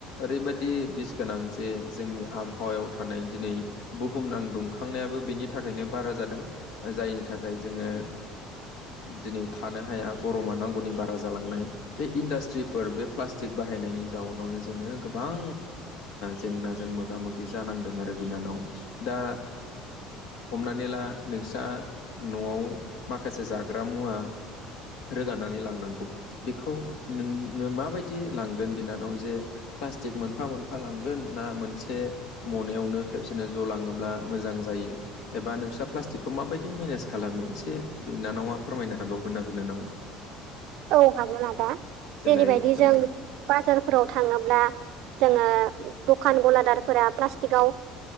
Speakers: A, on the left (about 75°); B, on the right (about 70°).
A: ओरैबायदि बिस गोनां जे जोंनि आबहावायाव थानाय दिनै बुहुमनां दुंखांनायाबो बेनि थाखायनो बारा जादों जायनि थाखाय जोङो दिनै थानो हाया गरमा नांगौनि बारा जालांनाय बे इन्डास्ट्रिफोर बे प्लास्टिक बाहायनायनि जाउनावनो जोङो गोबां जेंनाजों मोगा मोगि जानांदों आरो बिनानाव दा ओ हमनानै ला नोंस्रा न'आव माखासे जाग्रा मुवा रोगानानै लांनांगौ बेखौ नोंनो माबायदि लांगोन बिनानाव जे प्लास्टिक मोनफा मोनफा लांगोन ना मोनसे मनायावनो खेबसेनो ज' लाङोब्ला मोजां जायो। एबा नोंस्रा प्लास्टिकखौ माबायदि मेनेज खालामो एसे बिनानावा फोरमायनो हाबावगोना ना बिनानाव?
B: औ हागोन आदा
A: देलाय
B: जेरैबायदि
A: फोरमाय
B: जों बाजारफोराव थाङोब्ला जोङो दखान गलादारफोरा प्लास्टिकाव